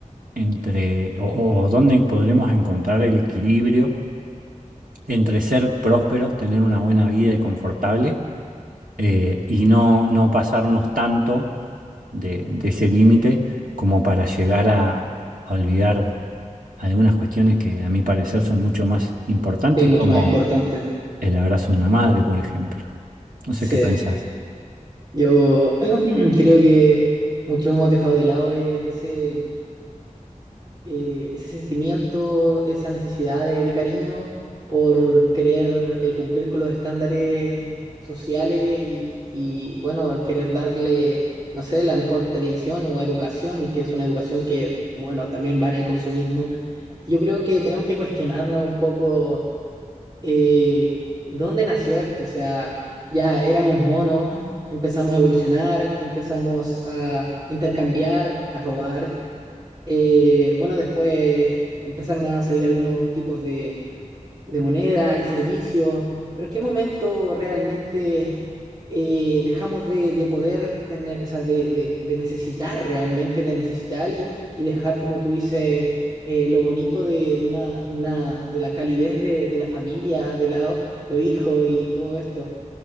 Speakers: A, on the right; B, on the right.
A: entre, o, o dónde podremos encontrar el equilibrio entre ser prósperos, tener una buena vida y confortable, eh, y no, no pasarnos tanto de, de ese límite como para llegar a, a olvidar algunas cuestiones que a mi parecer son mucho más importantes,
B: Sí, mucho
A: como
B: más importante.
A: el abrazo de una madre, por ejemplo. No sé
B: Sí,
A: qué pensás.
B: yo <clears throat> creo que mucho hemos dejado de lado eh, ese... eh, ese sentimiento, esa necesidad de, de cariño por querer eh, cumplir con los estándares sociales y, y, bueno, querer darle, no sé, la mejor televisión o educación, que es una educación que, bueno, también va en el consumismo. Yo creo que tenemos que cuestionarnos un poco eh, dónde nació esto, o sea, ya éramos monos. Empezamos a evolucionar, empezamos a intercambiar, a robar, eh, bueno, después empezaron a salir algunos tipos de, de moneda y servicios, pero ¿en qué momento realmente eh, dejamos de, de poder tener, o sea, de, de- de necesitar realmente, de necesitar y, y dejar, como tú dices, eh, lo bonito de, de una, una- de la calidez de, de la familia, de lado, los hijos y todo esto?